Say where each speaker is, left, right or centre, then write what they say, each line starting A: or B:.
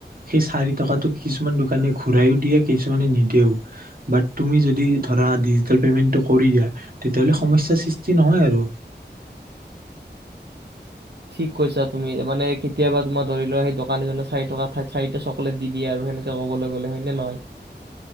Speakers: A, on the right; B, on the right.
A: সেই চাৰি টকাতটো কিছুমান দোকানে ঘূৰাইও দিয়ে কিছুমানে নিদেও বাট তুমি যদি ধৰা ডিজিটেল পেমেণ্টটো কৰি দিয়া তেতিয়াহ'লে সমস্যাৰ সৃষ্টি নহয় আৰু
B: ঠিক কৈছা তুমি মানে কেতিয়াবা তোমাৰ ধৰি লোৱা সেই দোকানী জনে চাৰি টকাঠাই চাৰিটা চকলেট দি দিয়ে আৰু সেনেকে কবলৈ গলে হয়নে নহয়?